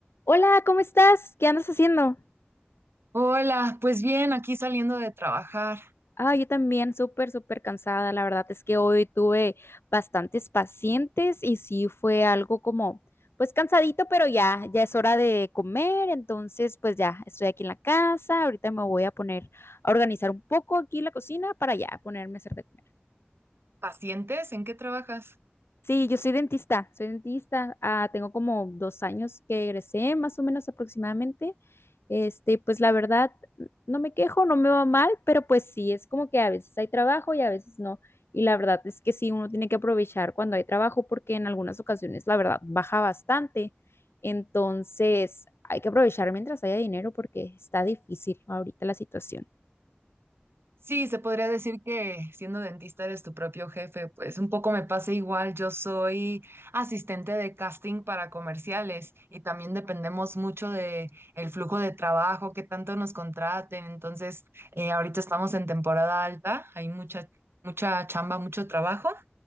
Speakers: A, on the left; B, on the right.
A: Hola, ¿cómo estás? ¿Qué andas haciendo?
B: Hola, pues bien, aquí saliendo de trabajar.
A: Ah, yo también, súper, súper cansada. La verdad es que hoy tuve bastantes pacientes y sí fue algo como, pues cansadito, pero ya, ya es hora de comer. Entonces, pues ya, estoy aquí en la casa. Ahorita me voy a poner a organizar un poco aquí la cocina para ya ponerme a hacer de comer.
B: ¿Pacientes? ¿En qué trabajas?
A: Sí, yo soy dentista, soy dentista. Ah, tengo como dos años que egresé, más o menos aproximadamente. Este, pues la verdad, no me quejo, no me va mal, pero pues sí, es como que a veces hay trabajo y a veces no. Y la verdad es que sí, uno tiene que aprovechar cuando hay trabajo porque en algunas ocasiones la verdad baja bastante. Entonces, hay que aprovechar mientras haya dinero porque está difícil ahorita la situación.
B: Sí, se podría decir que siendo dentista eres tu propio jefe, pues un poco me pasa igual. Yo soy asistente de casting para comerciales y también dependemos mucho de el flujo de trabajo, qué tanto nos contraten. Entonces, eh, ahorita estamos en temporada alta, hay mucha, mucha chamba, mucho trabajo